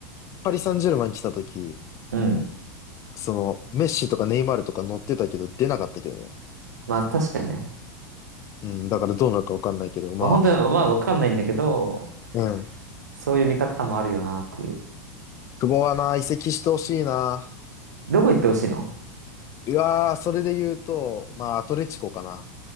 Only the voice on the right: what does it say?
う。うん。
まあ確かにね。
まあ本当に、まあわかんないんだけど、
そういう見方もあるよなっていう。
どこ行ってほしいの